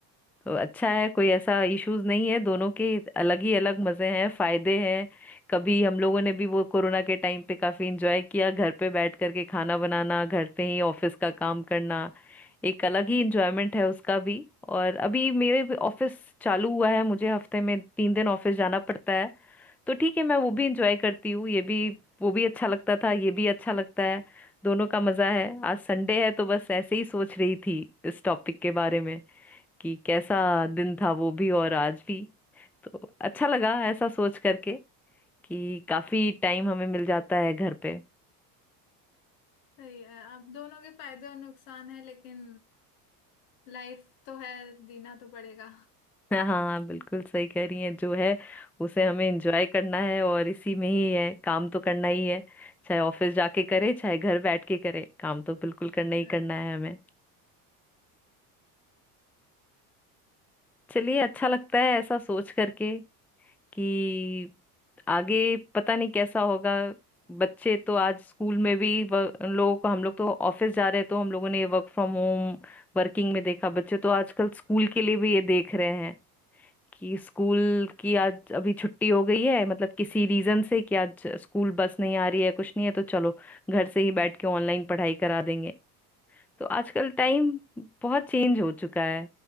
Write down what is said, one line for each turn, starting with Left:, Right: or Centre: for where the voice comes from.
Centre: तो अच्छा है कोई ऐसा इश्यूज नहीं है दोनों के अलग ही अलग मजे हैं फायदे हैं कभी हम लोगों ने भी वो कोरोना के टाइम पे काफी इंजॉय किया घर पे बैठ करके खाना बनाना घर पे ही ऑफिस का काम करना एक अलग ही इंजॉयमेंट है उसका भी और अभी मेरे भी ऑफिस चालू हुआ है मुझे हफ्ते में तीन दिन ऑफिस जाना पड़ता है तो ठीक है मैं वो भी इंजॉय करती हूँ ये भी वो भी अच्छा लगता था ये भी अच्छा लगता है दोनों का मजा है आज संडे है तो बस ऐसे ही सोच रही थी इस टॉपिक के बारे में कि कैसा दिन था वो भी और आज भी तो अच्छा लगा ऐसा सोच करके कि काफी टाइम हमें मिल जाता है घर पे
Left: सही है अब दोनों के फायदे और नुकसान है लेकिन लाइफ तो है जीना तो पड़ेगा
Centre: <laughs> हाँ बिल्कुल सही कह रही हैं जो है उसे हमें एंजॉय करना है और इसी में ही है काम तो करना ही है चाहे ऑफिस जाके करे चाहे घर बैठ के करे काम तो बिल्कुल करना
Left: सही
Centre: ही
Left: बात
Centre: करना है
Left: है।
Centre: हमें चलिए अच्छा लगता है ऐसा सोच करके कि आगे पता नहीं कैसा होगा बच्चे तो आज स्कूल में भी व- उन लोगों को हम लोग तो ऑफिस जा रहे हैं तो हम लोगों ने ये वर्क फ्रॉम होम वर्किंग में देखा बच्चे तो आजकल स्कूल के लिए भी ये देख रहे हैं कि स्कूल की आज अभी छुट्टी हो गई है मतलब किसी रीजन से कि आज स्कूल बस नहीं आ रही है कुछ नहीं है तो चलो घर से ही बैठ के ऑनलाइन पढ़ाई करा देंगे तो आजकल टाइम बहुत चेंज हो चुका है